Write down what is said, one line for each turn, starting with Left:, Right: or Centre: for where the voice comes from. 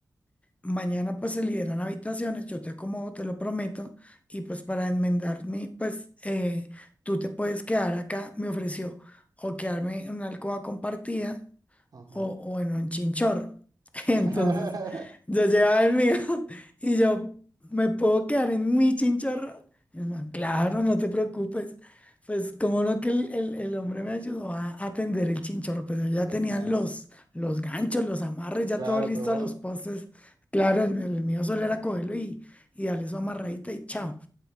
Left: Mañana pues se liberan habitaciones, yo te acomodo, te lo prometo. Y pues para enmendarme, pues eh, tú te puedes quedar acá, me ofreció, o quedarme en una alcoba compartida
Right: Ajá.
Left: o, o en un chinchorro. <laughs> Entonces,
Right: <laughs>
Left: yo llevaba el mío <laughs> y yo me puedo quedar en mi chinchorro. Y el man, claro, no te preocupes. Pues, como no que el, el- el hombre me ayudó a atender el chinchorro, pero ya
Right: Ajá.
Left: tenían los, los ganchos, los amarres, ya
Right: Claro,
Left: todo listo
Right: todo.
Left: a los postes. Claro, el, mío el mío solo era cogerlo y, y darle su amarradita y chao.